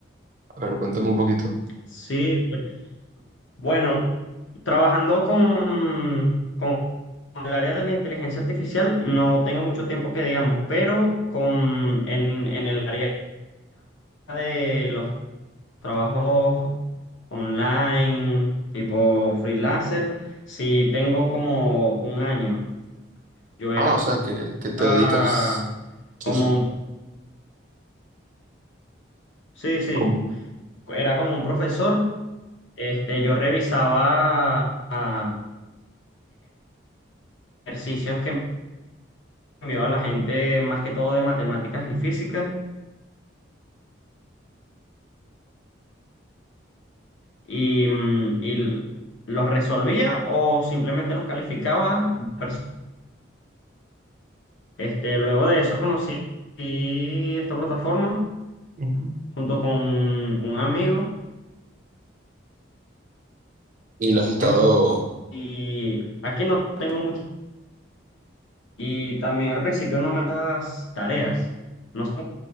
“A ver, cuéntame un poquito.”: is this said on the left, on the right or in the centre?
Right